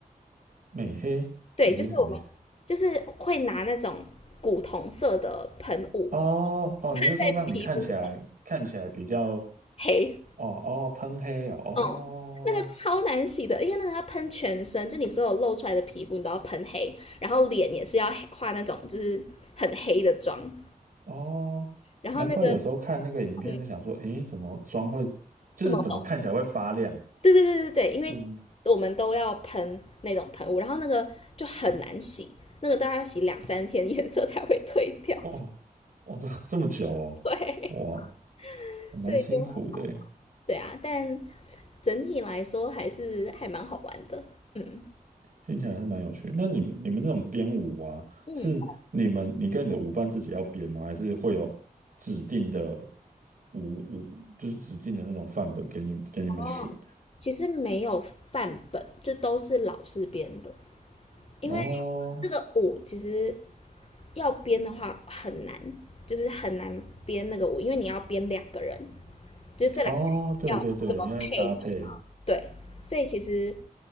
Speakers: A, on the right; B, on the left.
A: 美黑，
B: 对，
A: 美黑是什么意思？
B: 就是我们就是会拿那种古铜色的喷雾
A: 哦哦，
B: 喷在皮肤上
A: 你是说让你看起来看起来比较
B: 黑，
A: 哦哦喷黑哦哦
B: 嗯，那个超难洗的，因为那个要喷全身，就你所有露出来的皮肤你都要喷黑，然后脸也是要黑画那种就是很黑的妆，
A: 哦，
B: 然后那个
A: 难怪有时候看那个影片就想说，
B: 嗯
A: 诶，怎么妆会就是怎么看起来会发亮？
B: 这么厚，对对对对对，因为我们都要喷那种喷雾，
A: 真的
B: 然后那个就很难洗，那个大概要洗两三天，<laughs> 颜色才会褪掉。
A: 哦哦，这这么久哦，
B: 对，
A: 哇，
B: <laughs>
A: 我蛮辛苦的诶，
B: 所以就对啊，但整体来说还是还蛮好玩的。嗯
A: 听起来还是蛮有趣。那你们你们那种编舞啊，
B: 嗯，
A: 是你们你跟你的舞伴自己要编吗？还是会有指定的舞舞，就是指定的那种范本给你给你们选？
B: 哦，其实没有范本，就都是老师编的，因为
A: 哦，
B: 这个舞其实要编的话很难，就是很难编那个舞，因为你要编两个人，就是这两个要怎么配。
A: 哦，对对对，你要搭配。
B: 对，所以其实